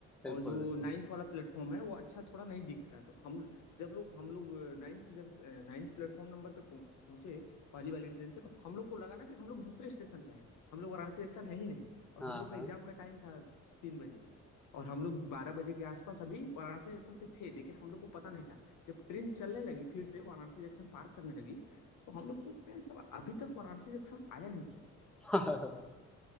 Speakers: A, in the centre; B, on the left.
A: बिल्कुल
B: और जो
A: बिल्कुल
B: नाइन्थ वाला प्लेटफॉर्म है वो अच्छा थोड़ा नहीं दिखता है तो हम जब लोग हम लोग नाइन्थ जंक्शन नाइन्थ प्लेटफॉर्म नंबर पे पहुंचे पहली वाली ट्रेन से तो हम लोग को लगा ना कि हम लोग दूसरे स्टेशन पे हैं हम लोग वाराणसी जंक्शन है ही नहीं और
A: हाँ
B: हम लोग का
A: हाँ
B: एग्जाम का टाइम था तीन बजे और हम लोग बारह बजे के आसपास अभी वाराणसी जंक्शन पे थे लेकिन हम लोग को पता नहीं था जब ट्रेन चलने लगी फिर से वाराणसी जंक्शन पार करने लगी तो हम लोग सोच रहे हैं सर अभी तक वाराणसी सेक्शन आया नहीं क्या
A: <laughs> हम्म